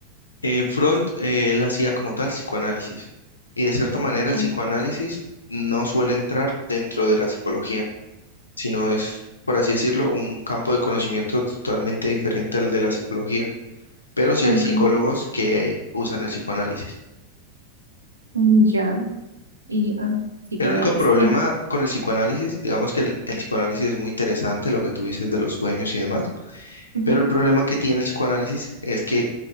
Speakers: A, on the left; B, on the right.
A: eh, Freud, eh, él hacía como tal psicoanálisis y de cierta
B: Mm.
A: manera el
B: Ah,
A: psicoanálisis no suele entrar dentro de la psicología, sino es, por así decirlo, un campo de conocimiento totalmente diferente al de la psicología, pero sí
B: ah,
A: hay
B: ok.
A: psicólogos que usan el psicoanálisis.
B: Mm, Ya. Y ah, psicoanálisis.
A: El único problema
B: En-
A: con el psicoanálisis, digamos que el, el psicoanálisis es muy interesante, lo que tú dices de los sueños y demás,
B: ujú.
A: Pero el problema que tiene el psicoanálisis es que